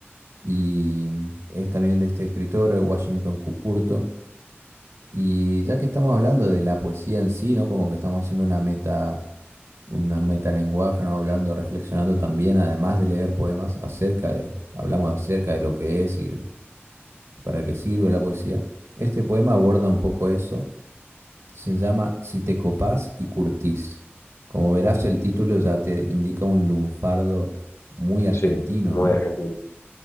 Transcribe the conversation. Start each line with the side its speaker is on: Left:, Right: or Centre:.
Right: y es también de este escritor, el Washington Cucurto. Y ya que estamos hablando de la poesía en sí, ¿no? Como que estamos haciendo una meta una metalenguaje, ¿no? Hablando, reflexionando también, además de leer poemas, acerca de, hablamos acerca de lo que es y para qué sirve la poesía. Este poema aborda un poco eso. Se llama Si te copás y curtís. Como verás, el título ya te indica un lunfardo muy
Left: Sí,
Right: argentino,
Left: muy
Right: ¿no?
Left: argentino.